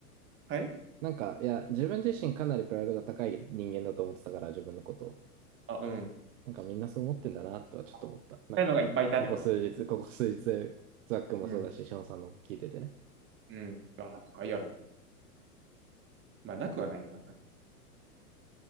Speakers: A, on the right (about 25°); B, on the right (about 55°).
A: はい
B: なんか、いや、自分自身かなりプライドが高い人間だと思ってたから、自分のことを。
A: あ、うん。
B: なんかみんなそう思ってんだなとはちょっと思った。
A: あ、
B: なんか、
A: 高いのがいっぱいいたってこと
B: ここ数日、ここ数日、ザックもそうだし、
A: うん、
B: ションさんのも聞いててね。
A: うん。あ、高いやろ。まあ、なくはないよな。